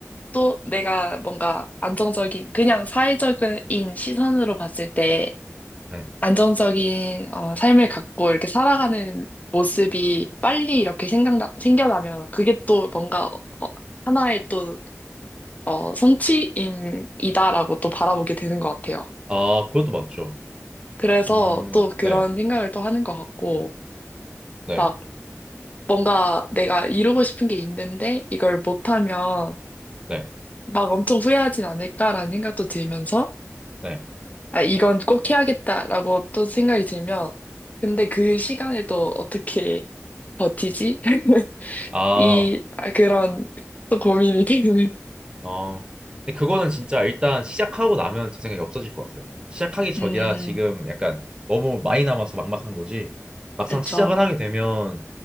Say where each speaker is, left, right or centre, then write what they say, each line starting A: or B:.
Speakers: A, on the left; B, on the right.
A: 또 내가 뭔가 안정적인, 그냥 사회적인 시선으로 봤을 때,
B: 네.
A: 안정적인 어, 삶을 갖고 이렇게 살아가는 모습이 빨리 이렇게 생각나, 생겨나면 그게 또 뭔가 어, 하나의 또 어, 성취인이다라고 또 바라보게 되는 것 같아요.
B: 아, 그것도 맞죠.
A: 그래서
B: 음,
A: 또
B: 네,
A: 그런 생각을 또 하는 것 같고
B: 네,
A: 막 뭔가 내가 이루고 싶은 게 있는데 이걸 못하면
B: 네,
A: 막 엄청 후회하진 않을까라는 생각도 들면서
B: 네.
A: 아, 이건 꼭 해야겠다라고 또 생각이 들면 근데 그 시간을 또 어떻게 버티지? <laughs>
B: 아,
A: 이, 아, 그런, 또 고민이 되는.
B: 어, 근데 그거는 진짜 일단 시작하고 나면 제 생각에 없어질 것 같아요. 시작하기 전이라
A: 음,
B: 지금 약간 너무 많이 남아서 막막한 거지. 막상
A: 그쵸.
B: 시작을 하게 되면